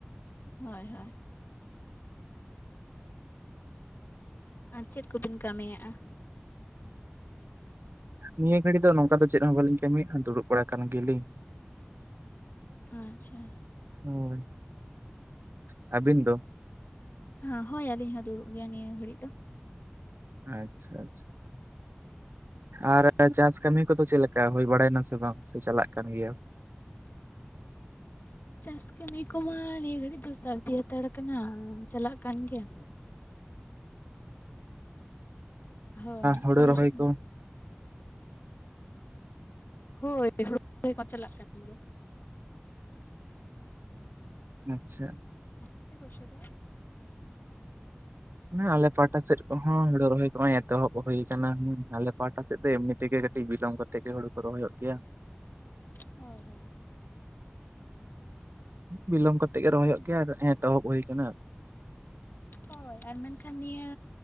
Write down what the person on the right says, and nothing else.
ᱱᱤᱭᱟᱹ ᱜᱷᱟᱹᱲᱤ ᱫᱚ ᱱᱚᱝᱠᱟ ᱫᱚ ᱪᱮᱫ ᱦᱚᱸ ᱵᱟᱹᱞᱤᱧ ᱠᱟᱹᱢᱤᱭᱮᱜ ᱫᱩᱲᱩᱵ ᱵᱟᱲᱟ ᱠᱟᱱ ᱜᱮᱞᱤᱝ᱾
ᱦᱳᱭ, ᱟᱹᱵᱤᱱ ᱫᱚ?
ᱟᱪᱪᱷᱟ ᱟᱪ ᱟᱨ ᱮ ᱪᱟᱥ ᱠᱟᱹᱢᱤ ᱠᱚᱫᱚ ᱪᱮᱞᱮᱠᱟ ᱦᱩᱭ ᱵᱟᱲᱟᱭᱮᱱᱟ ᱥᱮ ᱵᱟᱝ? ᱥᱮ ᱪᱟᱞᱟᱜ ᱠᱟᱱ ᱜᱮᱭᱟ᱾
ᱦᱩᱲᱩ
ᱨᱚᱦᱚᱭ
ᱠᱚ
ᱟᱪᱪᱷᱟ᱾
ᱱᱟ ᱟᱞᱮ ᱯᱟᱦᱴᱟ ᱥᱮᱫ ᱠᱚᱦᱚᱸ ᱦᱳᱲᱳ ᱨᱚᱦᱚᱭ ᱠᱚ ᱚᱭ ᱮᱛᱚᱦᱚᱵ ᱦᱩᱭ ᱠᱟᱱᱟ ᱦᱩᱸ ᱟᱞᱮ ᱯᱟ ᱯᱟ ᱥᱮᱜ ᱫᱚ ᱮᱢᱱᱤ ᱛᱮᱜᱮ ᱠᱟᱹᱴᱤᱡ ᱵᱤᱞᱚᱢ ᱠᱟᱛᱮ ᱜᱮ ᱦᱳᱲᱳ ᱠᱚ ᱨᱚᱦᱚᱭᱚᱜ ᱜᱮᱭᱟ᱾
<unintelligible> ᱵᱤᱞᱚᱢ ᱠᱟᱛᱮ ᱜᱮ ᱨᱚᱦᱚᱭᱚᱜ ᱜᱮᱭᱟ ᱟᱨ ᱮᱸᱛᱚᱦᱚᱵ ᱦᱳᱭ ᱠᱟᱱᱟ᱾